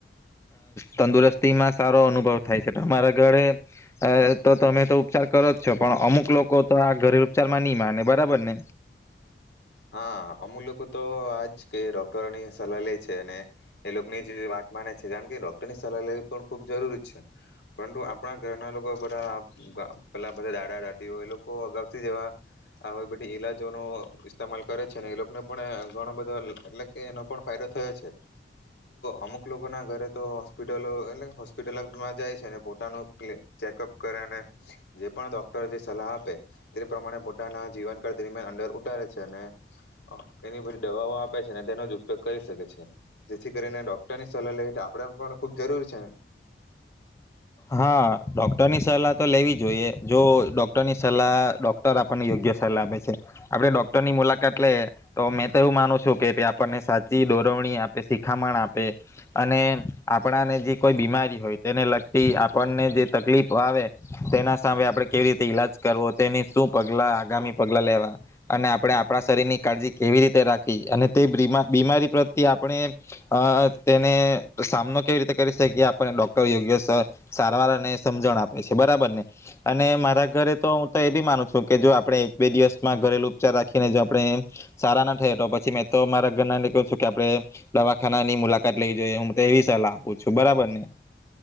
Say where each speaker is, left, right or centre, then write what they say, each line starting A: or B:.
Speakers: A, on the left; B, on the left.
A: તંદુરસ્તીમાં સારો બહુ થાય છે તમારા ઘરે તો તમે તો ઉપચાર કરો જ છો પણ અમુક લોકો તો આ ઘરે ઉપચારમાં નહી માને બરાબર ને
B: હા અમુક લોકો તો આજ કે ડોક્ટરોની સલાહ લે છે અને એ લોકોની જ વાત માને છે કારણ કે ડોક્ટરની સલાહ લે પણ ખુબ જરૂરી છે પરંતુ આપણા ઘરના લોકો બધા પેલા બધા દાદા દાદીઓ એ લોકો અગાઉથી જેવા બધી ઈલાજોનો લ કરે છે ને એ લોકોને પણ ઘણો બધો એટલે કે એનો પણ ફાયદો થયો છે. અમુક લોકો ના ઘરે તો હોસ્પિટલો એટલે હોસ્પિટલમાં જાય છેને પોતાનું ચેકઅપ કરે અને જે પણ ડોક્ટર જે સલાહ તે પ્રમાણે પોતાના જીવનકાળ દરમિયાન અંદર અને એની બધી દવાઓ આપે છે અને તેનો જ ઉપયોગ કરી શકે છે જેથી કરીને ડોક્ટરની સલાહ લઈ આપણે પણ ખુબ જરૂરી છે ને.
A: હા ડોક્ટરની સલાહ તો લેવી જોઈએ જો ડોક્ટરની સલાહ ડોક્ટર આપણને યોગ્ય સલાહ આપે છે આપણે ડોક્ટરની મુલાકાત લઈએ તો મેં તો એવું માનું છું કે ભ આપણને સાચી દોરવણી આપે શિખામણ આપે અને આપણાને જે કોઈ બીમારી હોય તેને થી આપણને જે તકલીફ આવે તેના સામે આપણે કેવી રીતે ઈલાજ કરવો તેની શું પગલાં આગામી પગલાં લેવા અને આપણે આપણા શરીરની કાળજી કેવી રીતે રાખી અને તે બીમા બીમારી પ્રત્યે આપણે તેને સામનો કેવી રીતે કરી શકીએ આપને ડૉક્ટર યોગ્ય સારવાર અને સમજણ આપે છે બરાબર ને અને મારા ઘરે તો હું તો એ બી માનું છું કે જો આપણે એક બે દિવસમાં ઘરેલુ ઉપચાર રાખીને જો આપણે સારા ના થયા તો પછી મેં તો મારા ઘરના કહું છું કે આપણે દવાખાના ની મુલાકાત લેવી જોઈએ હું તો એવી સલાહ આપું છું બરાબર ને.